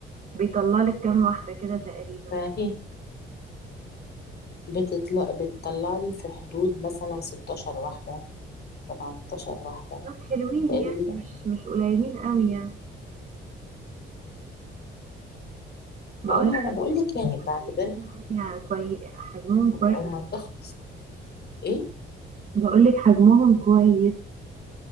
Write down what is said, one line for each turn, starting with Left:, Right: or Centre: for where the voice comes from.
Right: بيطلع لك كام واحدة كده تقريبا
Left: فهي بتطلع بتطلع لي في حدود مثلا 16 واحده 17 واحده
Right: طب حلوين
Left: تقريبا
Right: يعني مش
Left: يعني
Right: مش قليلين قوي يعني بقول
Left: اه ما
Right: لك
Left: انا بقول لك يعني
Right: حجمهم
Left: بعتبرها
Right: يعني كويس حجمهم كويس
Left: وما تخلص ايه
Right: بقول لك حجمهم كويس